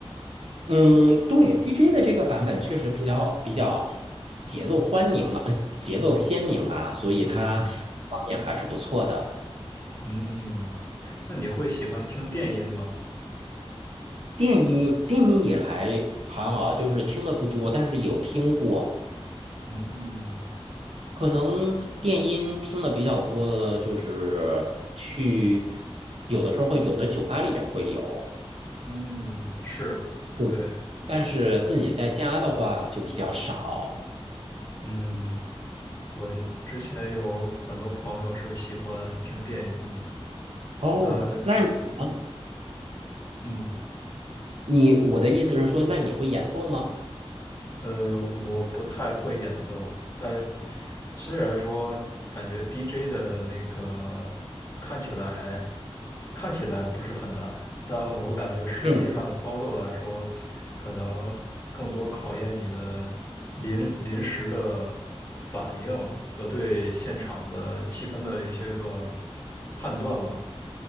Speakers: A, on the right; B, on the left.
A: 嗯，对，DJ 的这个版本确实比较比较节奏欢明吧，呃，节奏鲜明吧，所以它方面还是不错的。
B: 嗯嗯，那你会喜欢听电音吗？
A: 电音电音也还还好，就是听的不多，但是有听过。
B: 嗯
A: 可能电音听的比较多的，就是去有的时候有的酒吧里边会有，
B: 嗯，是，
A: 嗯
B: 对，
A: 但是自己在家的话就比较少。
B: 嗯。我之前有很多朋友是喜欢听电音的，
A: 哦，
B: 他
A: 那你呢
B: 嗯
A: 你我的意思是说，那你会演奏吗？
B: 呃，我不太会演奏，但虽然说感觉 DJ 的那个看起来看起来不是很难，但我感觉实际上操作来说，
A: 嗯，
B: 可能更多考验你的临临时的反应和对现场的气氛的一些个判断吧。